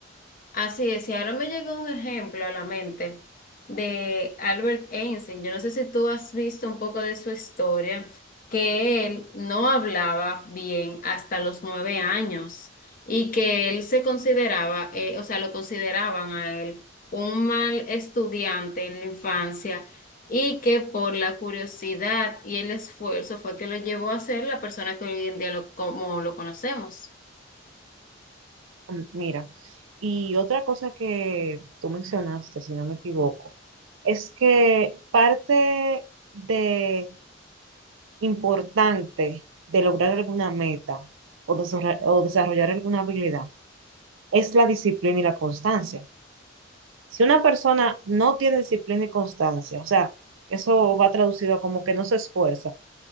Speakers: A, on the left; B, on the right.
A: Así es, y ahora me llegó un ejemplo a la mente de Albert Einstein. Yo no sé si tú has visto un poco de su historia, que él no hablaba bien hasta los nueve años y que él se consideraba, eh, o sea, lo consideraban a él un mal estudiante en la infancia y que por la curiosidad y el esfuerzo fue que lo llevó a ser la persona que hoy en día lo, como lo conocemos.
B: Mm, Mira, y otra cosa que tú mencionaste, si no me equivoco, es que parte de importante de lograr alguna meta o desarra- o desarrollar alguna habilidad es la disciplina y la constancia. Si una persona no tiene disciplina y constancia, o sea, eso va traducido a como que no se esfuerza,